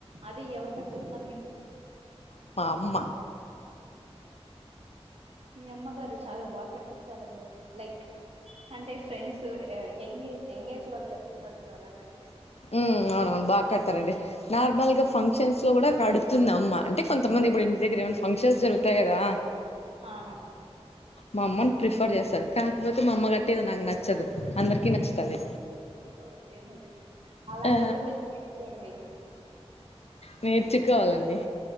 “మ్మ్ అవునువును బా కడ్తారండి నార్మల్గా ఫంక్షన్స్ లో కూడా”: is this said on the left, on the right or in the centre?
Left